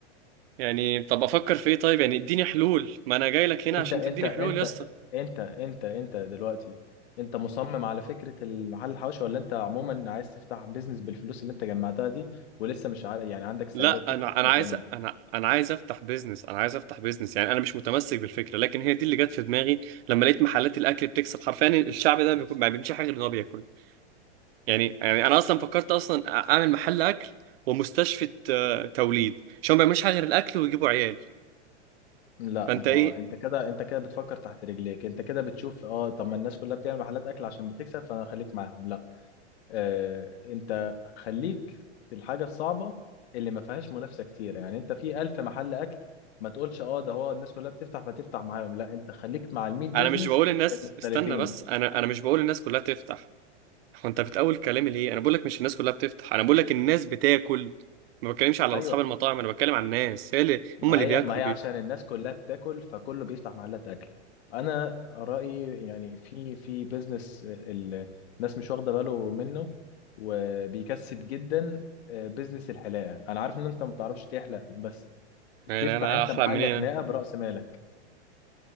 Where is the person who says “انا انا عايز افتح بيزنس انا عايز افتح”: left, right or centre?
Right